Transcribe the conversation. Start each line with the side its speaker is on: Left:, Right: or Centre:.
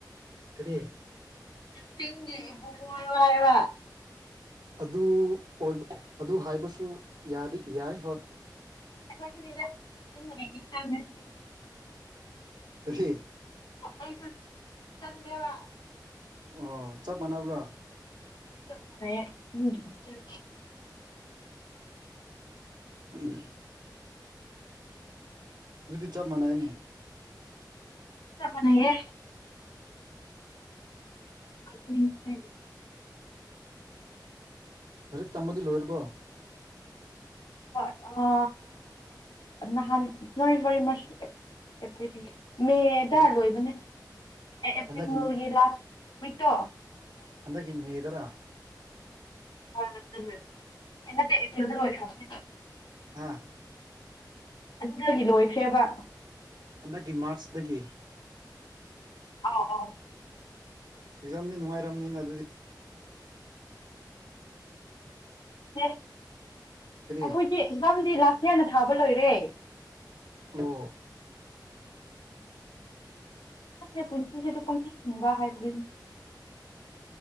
Right: ꯀꯗꯤ
Left: ꯇ ꯏꯃꯨꯨꯕ ꯍꯥꯏꯕ
Right: ꯑꯗꯨ ꯑꯣꯏꯕ ꯑꯗꯨ ꯍꯥꯏꯕꯁꯨ ꯌꯥꯏ ꯍꯣꯏ
Left: ꯑꯩꯈꯣꯏꯁꯨꯅꯤꯔꯦ ꯇꯤꯡꯒꯤ ꯏꯇꯅꯦꯤꯡꯒꯤ
Right: ꯀꯔꯤ
Left: ꯑꯩꯁꯨ ꯊꯤꯤꯡꯤ ꯆꯟꯦ ꯋꯥ
Right: ꯑꯣ ꯆꯞ ꯃꯥꯟꯅꯕ꯭ꯔꯥ
Left: ꯄꯠꯇ ꯃ ꯎ
Right: ꯎꯝ ꯑꯗꯨꯗꯤ ꯆꯞ ꯃꯥꯟꯅꯩꯅꯦ
Left: ꯆ ꯃꯅꯦꯒꯦ ꯑꯗꯨꯅꯦ ꯍꯥꯏ
Right: ꯂꯖꯤꯛ ꯇꯝꯕꯗꯤ ꯂꯣꯏꯔꯕꯣ
Left: ꯍ ꯑ ꯅꯍꯥꯟ ꯅꯣꯏ ꯋꯥꯔꯤꯔꯤ ꯃꯦꯗꯥ
Right: ꯀꯔꯤ
Left: ꯂꯣꯏꯕꯅꯦ ꯅꯔꯒꯤ
Right: ꯍꯟꯗꯛꯀꯤ
Left: ꯂꯥꯁ ꯍꯣꯏꯇꯣ
Right: ꯍꯟꯗꯛꯀꯤ ꯃꯦꯗꯔ
Left: ꯍꯣꯏ ꯑꯩ ꯅꯠꯇꯦ ꯄꯔꯤꯂꯨꯅ ꯂꯣꯏꯔꯦ ꯍꯥꯏꯕꯥꯅꯦ
Right: ꯍꯥꯥ
Left: ꯑꯗꯨꯗꯒꯤ ꯂꯣꯏꯈ꯭ꯔꯦꯕ
Right: ꯍꯟꯗꯛꯀꯤ ꯃꯥꯔꯖ ꯇꯒꯤ
Left: ꯑꯥꯎ ꯑꯥꯎ
Right: ꯑꯦꯖꯝꯗꯤ ꯅꯨꯡꯉꯥꯏꯔꯝꯅꯤꯅ ꯑꯗꯨꯗꯤ
Left: ꯇꯦ
Right: ꯀꯔꯤ
Left: ꯑꯩꯈꯣꯏꯇꯤ ꯑꯦꯛꯖꯥꯝꯗꯤ ꯂꯥꯁ ꯌꯦꯅ ꯊꯥꯕ ꯂꯣꯏꯔꯦ
Right: ꯑꯣ
Left: ꯈꯪꯗꯦ ꯄꯨꯟꯁꯤꯁꯤꯗꯨ ꯄꯪꯍꯤꯡ ꯍꯤꯡꯕ ꯍꯥꯏꯕꯗꯨꯅꯤ